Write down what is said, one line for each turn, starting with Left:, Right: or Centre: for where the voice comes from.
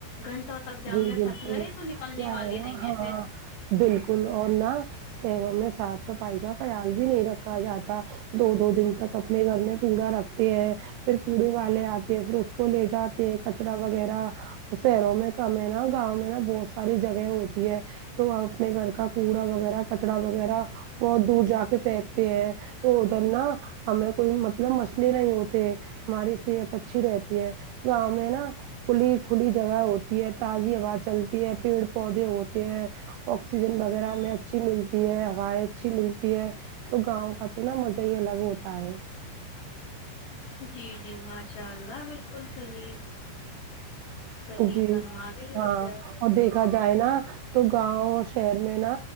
Left: گھنٹوں تک جام
Right: جی
Left: میں
Right: بالکل
Left: پھنس گئے تو نکلنے
Right: کیا
Left: والے نہیں
Right: نا ہاں
Left: ہے پھر
Right: بالکل اور نہ شہروں میں صاف صفائی کا خیال بھی نہیں رکھا جاتا دو دو دن تک اپنے گھر میں کوڑا رکھتے ہیں پھر کوڑے والے آتے ہیں پھر اس کو لے جاتے ہیں کچرا وغیرہ شہیروں میں کم ہیں نا گاؤں میں نا بہت ساری جگہ ہوتی ہے تو ہم اپنے گھر کا کوڑا وغیرہ کچرا وغیرہ بہت دور جا کے پھینکتے ہیں تو ادھر نا ہمیں کوئی مطلب مسلے نہیں ہوتے ہماری صحت اچھی رہتی ہے گاؤں میں نا کھلی کھلی جگہ ہوت تی ہے تازی ہوا چلتی ہے پیڑ پودے ہوتے ہیں آکسیجن وغیرہ ہمیں اچھی ملتی ہے ہوائیں اچھی ملتی ہے تو گاؤں کا تو نا مزہ ہی الگ ہوتا ہے
Left: جی جی ماشاء اللہ بالکل صحیح صحیح
Right: جی
Left: فرما رہی
Right: ہاں
Left: ہو کیا
Right: اور دیکھا جائے نا تو گاؤں اور شہر میں نا